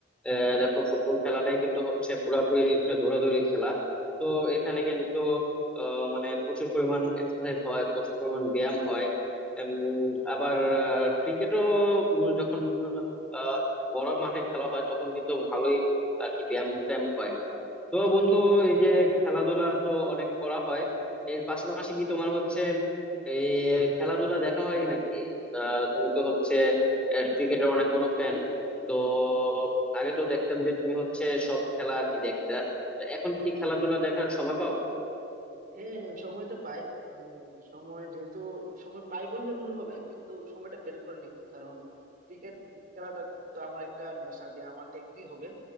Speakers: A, in the centre; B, on the right.
A: আহ, দেখো ফুটবল খেলাটাই কিন্তু হচ্ছে পুরাপুরি একটা দৌড়াদৌড়ি খেলা তো এখানে কিন্তু আহ, মানে প্রচুর পরিমাণ এক্সারসাইজ হয় প্রচুর পরিমাণ ব্যায়াম হয় উম, আবার ক্রিকেটও যখন আহ, বড় মাঠে খেলা হয় তখন কিন্তু ভালোই আর কি ব্যায়াম ট্যায়াম হয় তো বন্ধু এই যে খেলাধুলা তো অনেক করা হয় এর পাশাপাশি কি তোমার হচ্ছে এই খেলাধুলা দেখা হয় নাকি আহ, তুমি তো হচ্ছে ক্রিকেটের অনেক বড় ফ্যান তো উম, আগে তো দেখতাম যে তুমি হচ্ছে সব খেলা আর কি দেখতা তো এখন কি খেলাধুলা দেখার সময় পাও
B: হ্যাঁ সময় তো পাই আহ, সময় যেহেতু সময় পাই বললে ভুল হবে কিন্তু সময়টা বের করে নিই কারণ ক্রিকেট খেলাটা কিন্তু আমার একটা নেশা যে আমার দেখতেই হবে